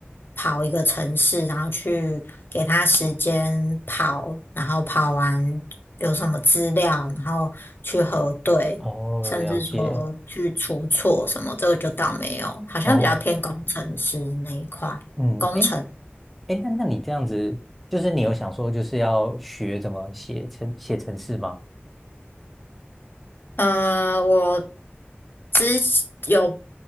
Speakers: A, on the left; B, in the centre.
A: 跑一个城市，然后去给它时间跑，然后跑完有什么资料，然后去核对。
B: 哦，
A: 甚至说去出错什么，
B: 了解。
A: 这个就倒没有，好像比较偏工程师那一块，
B: 哦，嗯，
A: 工程。
B: 诶，诶，那那你这样子，就是你有想说，就是要学怎么写程写程式吗？
A: 呃，我之前有